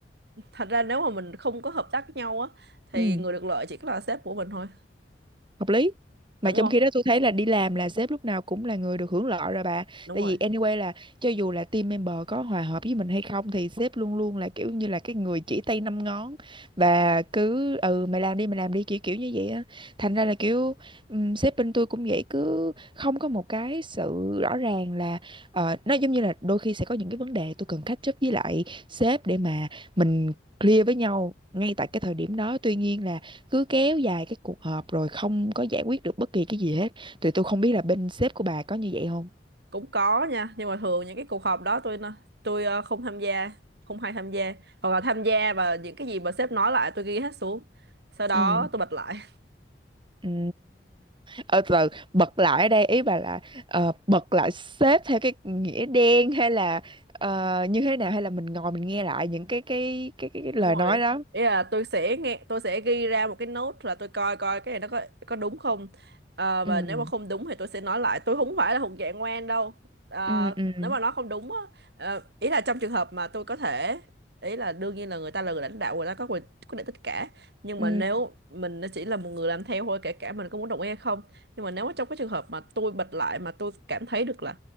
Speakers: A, on the right; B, on the right.
A: thật ra nếu mà mình không có hợp tác với nhau á thì
B: Ừ.
A: người được lợi chỉ có là sếp của mình thôi
B: hợp lý mà
A: đúng
B: trong
A: không
B: khi đó tôi thấy là đi làm là sếp lúc nào cũng là người được hưởng lợi rồi bà
A: đúng
B: tại
A: rồi
B: vì anyway là cho dù là team member có hòa hợp với mình hay không thì sếp luôn luôn là kiểu như là cái người chỉ tay năm ngón và cứ ừ mày làm đi mày làm đi kiểu kiểu như vậy á thành ra là kiểu ừm, sếp bên tôi cũng vậy cứ không có một cái sự rõ ràng là ờ, nó giống như là đôi khi sẽ có những cái vấn đề tôi cần catch up với lại sếp để mà mình clear với nhau ngay tại cái thời điểm đó tuy nhiên là cứ kéo dài cái cuộc họp rồi không có giải quyết được bất kỳ cái gì hết thì tôi không biết là bên sếp của bà có như vậy không
A: cũng có nha nhưng mà thường những cái cuộc họp đó tôi nó- tôi ờ, không tham gia không hay tham gia hoặc là tham gia và những cái gì mà sếp nói lại tôi ghi hết xuống sau đó
B: ừ
A: tôi bật lại
B: ừ ờ từ từ, bật lại ở đây ý bà là ờ, bật lại sếp theo cái nghĩa đen hay là ờ, như thế nào hay là mình ngồi mình nghe lại những cái cái cái cái, cái lời
A: đúng rồi
B: nói đó
A: ý là tôi sẽ nghe tôi sẽ ghi ra một cái note là tôi coi coi cái này nó có có đúng không Ờ,
B: ừ
A: và nếu mà không đúng thì tôi sẽ nói lại tôi không phải là thuộc dạng ngoan đâu Ờ,
B: ừ ừ
A: nếu mà nó không đúng á ờ, ý là trong trường hợp mà tôi có thể ý là đương nhiên là người ta là người lãnh đạo người ta có quyền quyết định tất cả nhưng
B: ừ
A: mà nếu mình chỉ là một người làm theo thôi kể cả mình có muốn đồng ý hay không nhưng mà nếu mà trong cái trường hợp mà tôi bật lại mà tôi cảm thấy được là